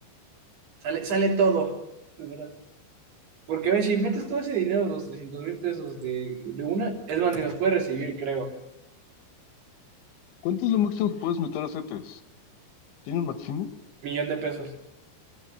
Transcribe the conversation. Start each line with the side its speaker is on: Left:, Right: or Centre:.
Right: sale, sale todo, de verdad. Porque ves, si metes todo ese dinero, los trescientos mil pesos de, de una, es más, ni los puedes recibir, creo.
Left: ¿Cuánto es lo máximo que puedes meter a CETES? ¿Tiene un máximo?
Right: Millón de pesos.